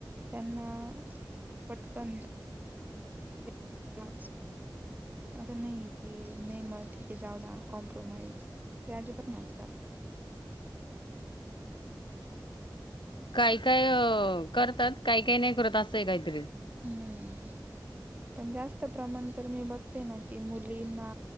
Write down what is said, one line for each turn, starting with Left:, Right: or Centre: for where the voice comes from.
Right: त्यांना पटकन <unintelligible> आता नाही की नाही मग ठीक आहे जाऊ दे कॉम्प्रोमाइज ते अजिबात ना आजकाल
Left: काही काय करतात काही काही नाही करत असंय काहीतरी.
Right: हम्म पण जास्त प्रमाण तर मी बघते ना की मुलींना